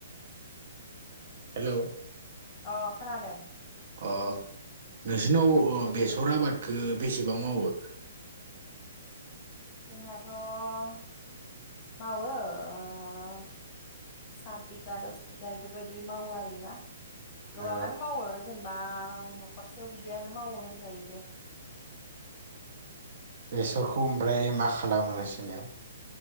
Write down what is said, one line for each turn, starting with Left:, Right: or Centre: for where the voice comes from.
Right: हेलौ
Left: अ खोनादों
Right: अ नोंसोरनाव ओ बेसर आबादखौ बेसेबां मावो?
Left: जोंनाथ' मावो ओ सात बिगा दस बिगा बेफोरबायदि मावो आरोना गोबाङानो
Right: ओ
Left: मावो जेनेबा न'खरसेयाव बिदियानो मावो होनजायो दे।
Right: बेसरखौ ओमफ्राय मा खालामो नोंसोरनियाव?